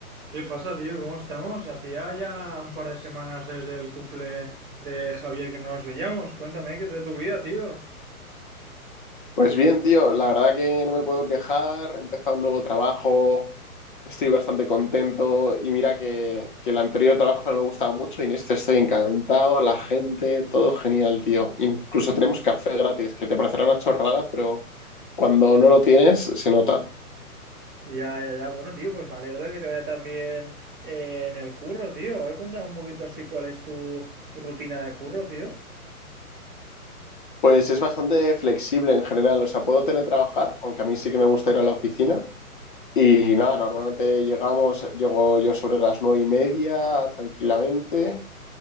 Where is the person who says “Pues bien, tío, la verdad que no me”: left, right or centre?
Left